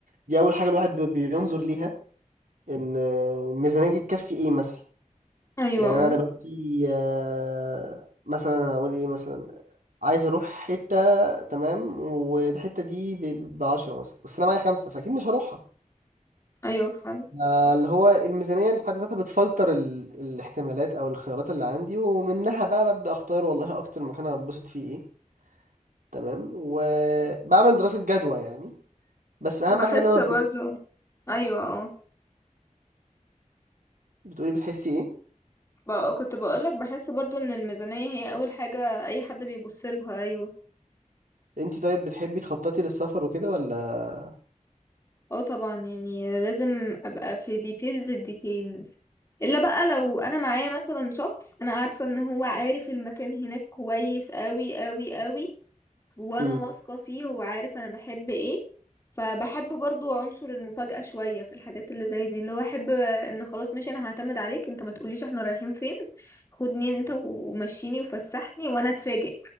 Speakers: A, on the right (about 80°); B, on the left (about 20°).
A: دي اول حاجه الواحد بي- بينظر ليها ان آه، الميزانيه دي تكفي ايه مثلا
B: ايوه
A: يعني
B: اه
A: انا دلوقتي آه مثلا هقول ايه مثلا عايز اروح حته تمام والحته دي ب 10 مثلا بس انا معايا خمسه فاكيد مش هروحها
B: ايوه فعلا
A: آه، اللي هو الميزانية اللي في حد ذاتها بتفلتر ال... الاحتمالات أو الخيارات اللي عندي ومنها بقى ببدأ أختار والله أكتر مكان هتبسط فيه إيه تمام وبعمل دراسة جدوى يعني بس أهم
B: بحس
A: حاجة إن أنا
B: برضو
A: أتبسط
B: ايوه اه
A: بتقولي بتحسي إيه؟
B: بق- كنت بقولك بحس برضو ان الميزانية هي اول حاجة اي حد بيبص لها ايوه
A: أنت طيب بتحبي تخططي للسفر وكده ولا؟
B: اه طبعا يعني لازم ابقى في ديتيلز الديتيلز الا بقى لو انا معايا مثلا شخص انا عارفة ان هو عارف المكان هناك كويس قوي قوي قوي وانا
A: امم
B: واثقة فيه هو عارف انا بحب ايه فبحب برضو عنصر المفاجأة شوية في الحاجات اللي زي دي اللي هو احب ان خلاص ماشي انا هعتمد عليك انت ما تقوليش احنا رايحين فين خدني انت ومشيني وفسحني وانا اتفاجئ